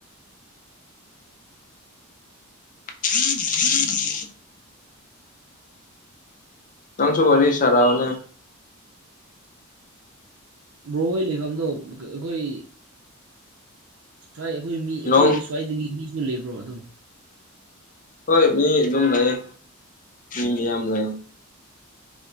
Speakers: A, on the left; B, on the right.
A: <inaudible> ꯅꯪꯁꯨ ꯋꯥꯔꯤ ꯁꯅꯧꯅꯦ
B: ꯑꯥ ꯕ꯭ꯔꯣꯍꯣꯏ ꯂꯩꯐꯝꯗꯣ ꯑꯩꯈꯣꯏ ꯁ꯭ꯋꯥꯏ ꯑꯩꯈꯣꯏ ꯃꯤ ꯑꯩꯈꯣꯏ
A: ꯅꯣꯡ
B: ꯁ꯭ꯋꯥꯏꯗꯒꯤ ꯃꯤꯁꯨ ꯂꯩꯕ꯭ꯔꯣ ꯑꯗꯨꯝ
A: ꯍꯣꯏ ꯃꯩꯌꯦ ꯑꯗꯨꯝ ꯂꯩꯥꯌꯦ
B: ꯑꯣ
A: ꯃꯤꯌꯥꯝ ꯂꯩꯥ